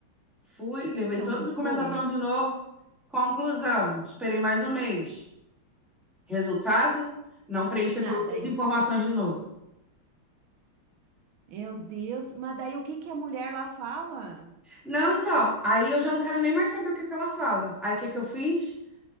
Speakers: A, in the centre; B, on the right (about 75°).
A: Fui, levei
B: Estão
A: toda
B: de
A: a
B: zoeira.
A: documentação de novo. Conclusão, esperei mais um mês. Resultado? Não preencher todas
B: Nada ainda.
A: as informações de novo.
B: Meu Deus. Mas daí o que que a mulher lá fala?
A: Não, então, aí eu já não quero nem mais saber o que que ela fala. Aí o que que eu fiz?